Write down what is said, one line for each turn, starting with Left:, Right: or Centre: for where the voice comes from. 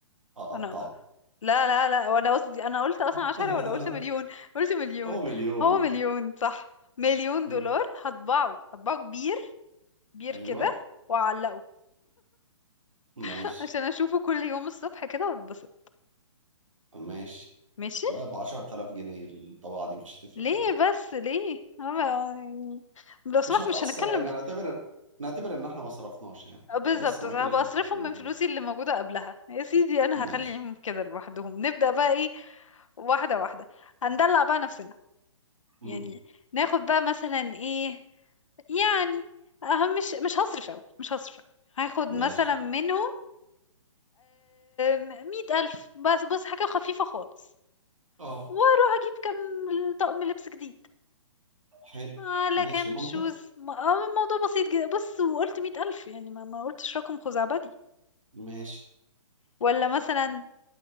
Right: هقطعه
Left: انا لا لا لا وانا قصدي انا قلت اصلا
Right: <laughs>
Left: عشرة ولا قلت مليون قلت مليون
Right: هو مليون
Left: هو مليون صح مليون
Right: مم.
Left: دولار هطبعه هطبعه كبير كبير
Right: ايوه
Left: كده واعلقه <laughs>
Right: ماشي
Left: عشان اشوفه كل يوم الصبح كده واتبسط
Right: ماشي
Left: ماشي
Right: ده ب 10000 جنيه الطباعة دي مش هتفرق
Left: ليه
Right: في حاجة
Left: بس ليه أنا يعني لو سمحت
Right: مش هتأثر
Left: مش هنتكلم
Right: يعني
Left: في-
Right: هنعتبر نعتبر ان احنا ما صرفناش يعني
Left: بالظبط
Right: فلسه معاك
Left: هبقى
Right: ال 50
Left: اصرفهم
Right: مليون
Left: من فلوسي اللي موجودة قبلها يا سيدي انا
Right: جنيه.
Left: هخليهم
Right: ماشي
Left: كده لوحدهم نبدأ بقى ايه واحدة واحدة هندلع بقى نفسنا
Right: مم.
Left: يعني ناخد بقى مثلا ايه يعني أهم مش مش هصرف أوي مش هصرف أوي هاخد مثلا
Right: ماشي
Left: منهم مية ألف بس بص حاجة خفيفة خالص
Right: اه
Left: واروح أجيب كام طقم لبس جديد
Right: حلو
Left: على
Right: ماشي
Left: كام
Right: منطق
Left: شوز م- آه، الموضوع بسيط جدا بص وقلت مية ألف يعني ما, ما قلتش رقم خزعبلي
Right: ماشي
Left: ولا مثلا